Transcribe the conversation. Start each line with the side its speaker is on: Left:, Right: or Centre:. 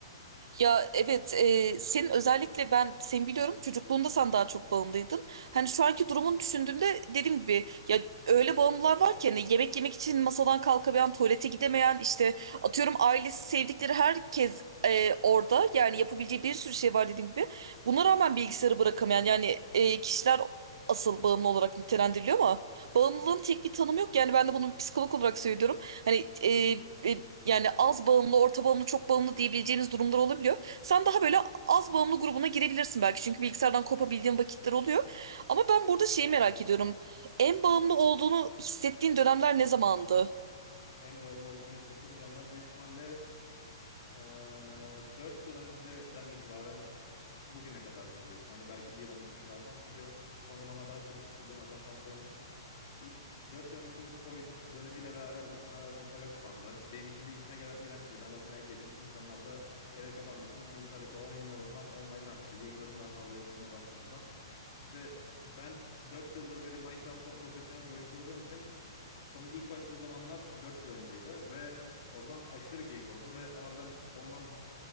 Right: Ya evet e, senin özellikle ben seni biliyorum çocukluğunda sen daha çok bağımlıydın. Hani şu anki durumunu düşündüğümde dediğim gibi ya öyle bağımlılar var ki hani yemek yemek için masadan kalkamayan, tuvalete gidemeyen işte atıyorum ailesi sevdikleri herkes e, orada yani yapabileceği bir sürü şey var dediğim gibi. Buna rağmen bilgisayarı bırakamayan yani e, kişiler asıl bağımlı olarak nitelendiriliyor ama bağımlılığın tek bir tanımı yok. Yani ben de bunu bir psikolog olarak söylüyorum. Hani e, e, yani az bağımlı, orta bağımlı, çok bağımlı diyebileceğiniz durumlar olabiliyor. Sen daha böyle az bağımlı grubuna girebilirsin belki. Çünkü bilgisayardan kopabildiğin vakitler oluyor. Ama ben burada şeyi merak ediyorum. En bağımlı olduğunu hissettiğin dönemler ne zamandı?
Left: En bağımlı olduğumu hissettiğim dönemler büyük ihtimalle Ee, 4 yıl önceden itibaren bugüne kadardır büyük ihtimalle. Belki bir yıl öncesine kadar falan. Çünkü son zamanlarda aşırı sıkıldım zaten sana söylemiştim. İ- dört yıl öncesinde Covid dönemiyle beraber insanlar zaten eve kapandı. Benim için de işime gelen gelen bir şeydi. Ben zaten evdeydim. İnsanlar da eve kapandığı için bilgisayardaki oyunlarım falan online arttı. Yayınlarım daha fazla izlenmeye başlandı falan. İşte ben 4 yıldır beri Minecraft'ta profesyonel bir oyuncu olduğum için onun ilk başladığı zamanlar 4 yıl önceydi ve o zaman aşırı keyif alırdım ve harbiden ondan